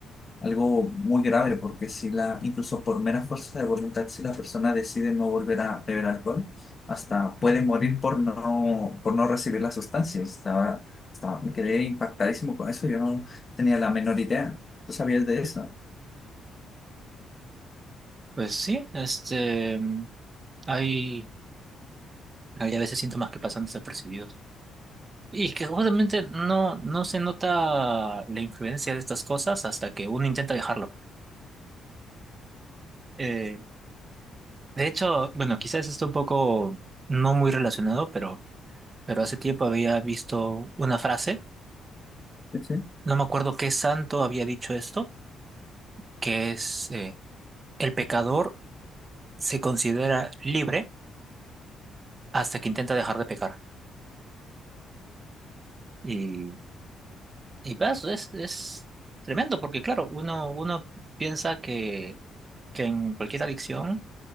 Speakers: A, on the left (about 35°); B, on the right (about 30°).
A: algo muy grave, porque si la, incluso por mera fuerza de voluntad, si la persona decide no volver a beber alcohol, hasta puede morir por no, por no recibir la sustancia. Estaba, estaba, me quedé impactadísimo con eso, yo no tenía la menor idea. ¿Tú sabías de eso?
B: Pues sí, este, hay Había a veces síntomas que pasan desapercibidos. Y que justamente no, no se nota la influencia de estas cosas hasta que uno intenta dejarlo. Eh, de hecho, bueno, quizás esto un poco no muy relacionado, pero, pero hace tiempo había visto una frase,
A: Sí, sí.
B: no me acuerdo qué santo había dicho esto, que es eh, el pecador se considera libre hasta que intenta dejar de pecar. Y, y pues, es, es tremendo, porque claro, uno, uno piensa que que en cualquier adicción